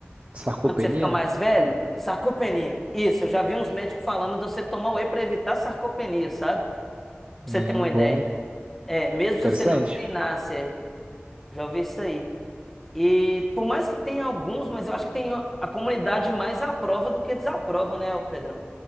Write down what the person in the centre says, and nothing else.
quando você fica mais velho? Sarcopenia. Isso, eu já vi uns médicos falando de você tomar whey pra evitar sarcopenia, sabe? Pra você
ter uma ideia.
É, mesmo
se você não treinasse, é. Já ouvi isso aí. E por mais que tenha alguns, mas eu acho que tem a comunidade mais aprova do que desaprova, né, ô Pedrão?